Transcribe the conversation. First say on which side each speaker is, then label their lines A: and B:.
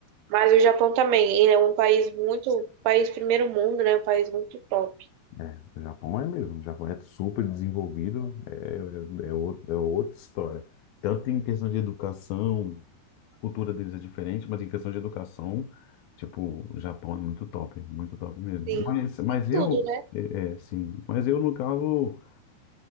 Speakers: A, on the right (about 80°); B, on the left (about 75°).
A: Mas o Japão também, ele é um país muito, um país primeiro mundo, né? Um país muito top.
B: É, o Japão é mesmo, o Japão é super desenvolvido, é, é, é, ou- é outra história. Tanto em questão de educação, a cultura deles é diferente, mas em questão de educação, tipo, o Japão é muito top, muito top mesmo.
A: Sim.
B: Mas, mas
A: Em
B: eu,
A: tudo, né?
B: é, é, sim, mas eu, no caso,